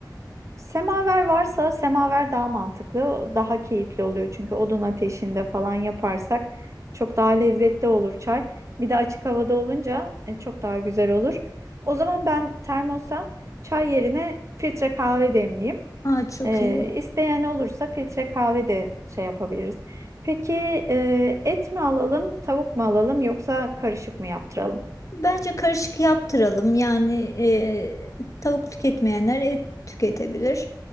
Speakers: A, on the right; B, on the left.
A: Semaver varsa semaver daha mantıklı, daha keyifli oluyor. Çünkü odun ateşinde falan yaparsak çok daha lezzetli olur çay. Bir de açık havada olunca e, çok daha güzel olur. O zaman ben termosa çay yerine filtre kahve demleyeyim.
B: Ha, çok
A: Ee,
B: iyi.
A: isteyen olursa filtre kahve de şey yapabiliriz. Peki e, et mi alalım, tavuk mu alalım yoksa karışık mı yaptıralım?
B: Bence karışık yaptıralım. Yani e, tavuk tüketmeyenler et tüketebilir.